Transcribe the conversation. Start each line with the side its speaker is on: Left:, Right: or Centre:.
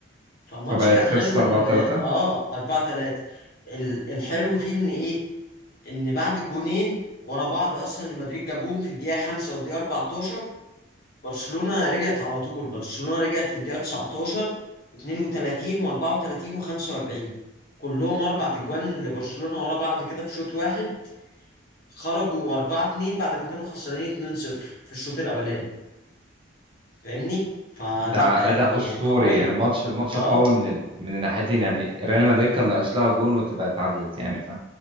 Left: فالماتش
Right: فبقت
Left: كان حلو
Right: خلصت
Left: إن
Right: 4 3
Left: آه 4-3 ال- الحلو فيه إن إيه؟ ان بعد الجونين ورا بعض اصلا اللي مدريد جابوهم في الدقيقه 5 والدقيقه 14 برشلونه رجعت على طول برشلونه رجعت في الدقيقه 19 و32 و34 و45 كلهم اربع تجوان لبرشلونه ورا بعض كده في شوط واحد خرجوا 4 2 بعد ما كانوا خسرانين 2-0 في الشوط الاولاني فاهمني فلا
Right: ده
Left: يعني
Right: اداء اسطوري
Left: قويه
Right: يعني ماتش الماتش
Left: اه
Right: قوي من ال... من الناحيتين يعني ريال مدريد كان ناقص لها جون وتبقى اتعادلت يعني ف